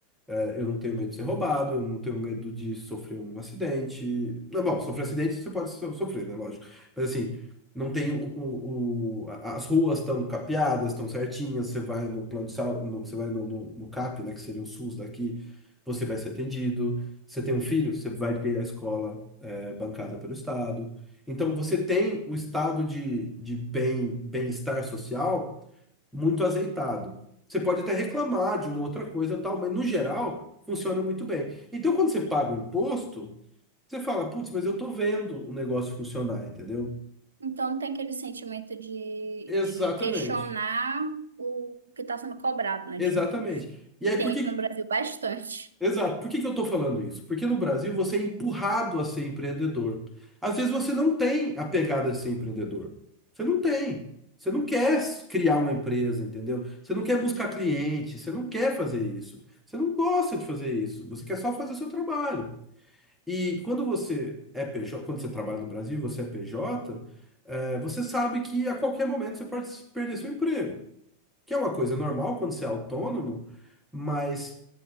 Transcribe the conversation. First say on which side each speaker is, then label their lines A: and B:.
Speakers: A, in the centre; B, on the right.
A: É, eu não tenho medo de ser roubado, eu não tenho medo de sofrer um acidente. Não, bom, sofrer acidente você pode so- sofrer, né? Lógico. Mas assim, não tem o, o- o- a- as ruas estão capeadas, estão certinhas, você vai no plano de saúde, você vai no, no, no CAP, né? Que seria o SUS daqui, você vai ser atendido. Você tem um filho, você vai ter a escola é, bancada pelo Estado. Então você tem o estado de, de bem, bem-estar social muito azeitado. Você pode até reclamar de uma outra coisa e tal, mas no geral funciona muito bem. Então, quando você paga o imposto, você fala, putz, mas eu tô vendo o negócio funcionar, entendeu?
B: Então tem aquele sentimento de,
A: Exatamente.
B: de questionar o que está sendo cobrado, né,
A: Exatamente.
B: de imposto.
A: E
B: E
A: aí,
B: tem
A: por que
B: aqui no Brasil bastante.
A: Exato. Por que que eu estou falando isso? Porque no Brasil você é empurrado a ser empreendedor. Às vezes você não tem a pegada de ser empreendedor. Você não tem. Você não quer s- criar uma empresa, entendeu? Você não quer buscar cliente, você não quer fazer isso. Você não gosta de fazer isso. Você quer só fazer o seu trabalho. E quando você é PJ, quando você trabalha no Brasil, você é PJ, eh, você sabe que a qualquer momento você pode perder seu emprego, que é uma coisa normal quando você é autônomo. Mas